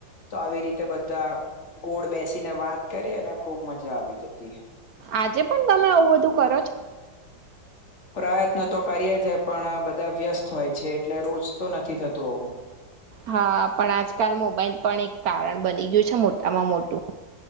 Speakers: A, on the left; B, on the right.
A: તો આવી રીતે બધા ગોળ બેસીને વાત કરી અને ખુબ મજા આવી જતી
B: આજે પણ તમે આવું બધું કરો છો
A: પ્રયત્ન તો કરીએ જ પણ બધા વ્યસ્ત હોય છે એટલે રોજ તો નથી થતું આવું
B: હા પણ આજકાલ મોબાઈલ પણ એક કારણ બની ગયું છે મોટામાં મોટું